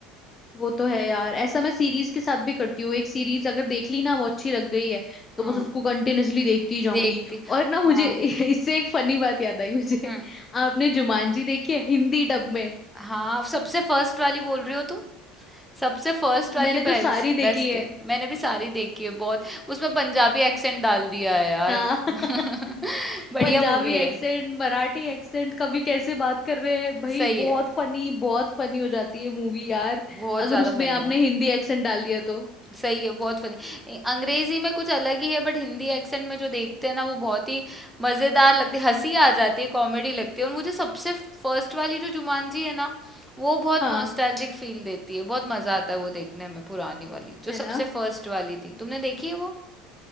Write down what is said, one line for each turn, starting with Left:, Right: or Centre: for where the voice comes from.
Left: वो तो है यार ऐसा मैं सीरीज के साथ भी करती हूँ एक सीरीज अगर देख ली ना वो अच्छी लग गई है
Centre: हाँ
Left: तो बस उसको कंटिन्यूअसली देखती ही जाऊंगी
Centre: देखती
Left: और ना मुझे
Centre: हाँ
Left: <laughs> इससे एक फनी बात याद आई मुझे
Centre: हम्म
Left: आपने जुमानजी देखी है हिंदी डब में
Centre: हाँ सबसे फर्स्ट वाली बोल रही हो तुम सबसे फर्स्ट वाली
Left: मैंने तो
Centre: बेस्ट
Left: सारी
Centre: बेस्ट
Left: देखी है
Centre: है मैंने भी सारी देखी है बहुत उसमें पंजाबी एक्सेंट डाल दिया है यार
Left: हाँ <laughs>
Centre: <laughs> बढ़िया
Left: पंजाबी
Centre: मूवी है
Left: एक्सेंट मराठी एक्सेंट कभी कैसे बात कर रहे हैं भाई
Centre: सही है
Left: बहुत फनी बहुत फनी हो जाती है मूवी यार
Centre: बहुत ज्यादा
Left: अगर उसमें
Centre: फनी
Left: आपने
Centre: है
Left: हिंदी एक्सेंट डाल दिया तो
Centre: सही है बहुत फनी अंग्रेजी में कुछ अलग ही है बट हिंदी एक्सेंट में जो देखते हैं ना वो बहुत ही मजेदार लगती है हंसी आ जाती है कॉमेडी लगती है और मुझे सबसे फर्स्ट वाली जो जुमानजी है ना वो बहुत
Left: हाँ
Centre: नॉस्टैल्जिक फील देती है बहुत मजा आता है वो देखने में पुरानी वाली जो
Left: है ना
Centre: सबसे फर्स्ट वाली थी तुमने देखी है वो